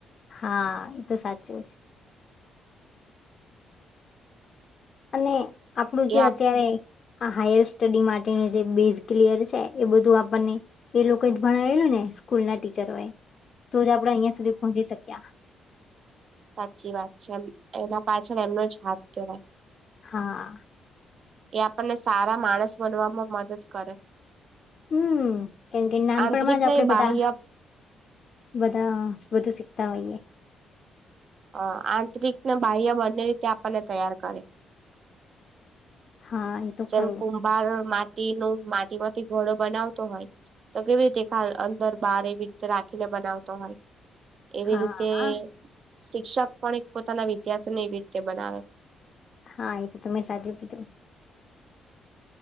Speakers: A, on the left (about 45°); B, on the right (about 55°).
A: હા, એ તો સાચું જ. અને આપણું જે
B: એ આપ
A: અત્યારે. આ હાયર સ્ટડી માટેનું જે બેઝ ક્લિયર સે, બધું આપને. એ લોકો એજ ભણાયેલું ને સ્કૂલ ના ટીચરો એ, તો જ આપડે અહિયાં સુધી પહોંચી સક્યા.
B: હાચી વાત છે એમ, એના પાછળ એમનો જ હાથ કેવાય.
A: હા.
B: એ આપને સારા માણસ બનવામાં મદદ કરે.
A: હમ્મ, કેમ કે નાનપણમાં
B: આંતરિક
A: જ આપણેે
B: ને
A: બધા
B: બાહ્ય
A: બધા, બધું શીખતા હોઈએ.
B: અ આંતરિક ને બાહ્ય બંને રીતે આપને તૈયાર કરે.
A: હા, એ તો
B: જેમ
A: ખરું
B: કુંભાર માટી નો માટીમાંથી ઘડો બનાવતો હોય. તો કેવી રીતે ખાલ અંદર બાર એવી રીતે રાખીન બનાવતો હોય. એવી
A: હા
B: રીતે શિક્ષક પણ એક પોતાના વિદ્યાસીને એ રીતે બનાવે.
A: હા, એ તો તમે સાચું કેધુ.